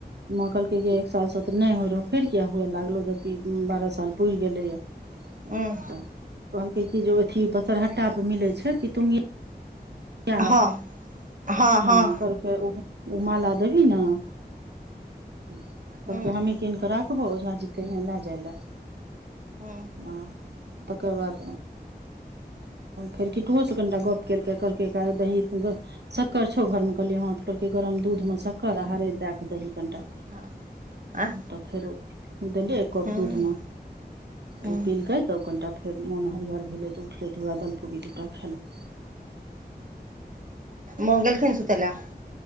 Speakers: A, on the right (about 80°); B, on the right (about 50°).
A: माँ कहलक कि एक साल से तऽ नहि होइ रहोप फेर किएक हुए लागलौ जबकि बारह साल पड़ि गेलैए
B: हूँ
A: तऽ कहलकै क जे अथि पसरहटा पर मिलै छै पितुंगगिया क
B: हँ हँ हँ
A: ह कहालके ओ ओ माला देबी ने कहलक
B: हूँ
A: हमी कीन कऽ राख देखबौ ओजी के हआँ लए जाइ लए
B: ह
A: आ तकर बाद फेर कटुओसँ कनिटा गप केलकैहि दही शक्कर छो घर मे कहलियै ह कहलकै गरम दूध मे शक्कर आरेदि दए कऽ दही कनिटा
B: हँ आँय
A: तब फेर देली एक कप
B: हूँ
A: दूध मे
B: हूँ
A: ओ पिलकऽ तब कनिटा फेर मोन हरिहर भेलै तऽ उठल त वएह दलपूड़ी दूटा खेलक
B: माँ गेलखीन सुतेला।